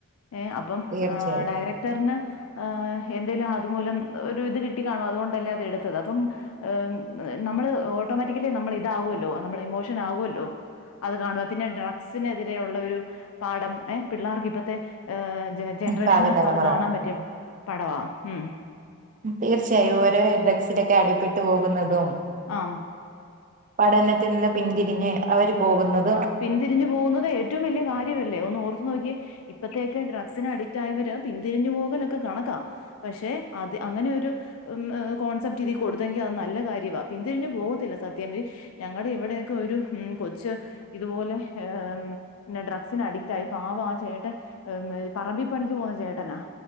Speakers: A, on the left (about 80°); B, on the right (about 40°).
A: ഏഹ് അപ്പം
B: തീർച്ചയായും
A: ആ ഡയറക്ടർന് ഏഹ് എന്തേലും അതുമൂലം ഒരു ഇത് കിട്ടി കാണും അതുകൊണ്ടല്ലേ അത് എടുത്തത്. അപ്പം ഏഹ് നമു മ്മള് ഓട്ടോമാറ്റിക്കലി നമ്മള് ഇതാവോല്ലോ. നമ്മള് ഇമോഷൻ ആകോല്ലോ അത് കാണുക. പിന്നെ ഡ്രഗ്സിനെതിരെ ഉള്ള ഒരു പാഠം ഏഹ് പിള്ളേർക്ക് ഇപ്പത്തെ ഏഹ് ജ ജനറേഷന്
B: ഭാവി തലമുറ
A: അത് കാണാൻ പറ്റിയ പ പടവാ ഉം
B: തീർച്ചയായും ഓരോ ഡ്രക്സിലൊക്കെ അടിപ്പെട്ടു പോകുന്നതും
A: ആം
B: പഠനത്തിൽ നിന്ന് പിന്തിരിഞ്ഞ് അവര് പോകുന്നത്
A: പിന്തിരിഞ്ഞു പോകുന്നത് ഏറ്റവും വലിയ കാര്യവല്ലേ ഒന്ന് ഓർത്ത്നോക്കിക്കെ ഇപ്പത്തേക്കെ ഡ്രഗ് ഗ്സിനഡിറ്റായവര് പിന്തിരിഞ്ഞ് പോകലൊക്കെ കണക്ക. പക്ഷെ അതി അങ്ങനെ ഒരു മ് ഏഹ് കോ കോൺസപ്റ്റ് ഇതി കൊടുത്തങ്കി അത് നല്ല കാര്യവാ. പിന്തിരിഞ്ഞ് പോവത്തില്ല സത്യം ദേ ഞങ്ങടെ ഇവിടെക്കെ ഒരു കൊ ച്ച് ഇതുപോലെ ഏഹ് പിന്നെ ഡ്രഗ്സിന് അഡിക്റ്റ് ആയി പവാ ആ ചേട്ടൻ പറമ്പിപ്പണിക്ക് പോന്ന ചേട്ടനാ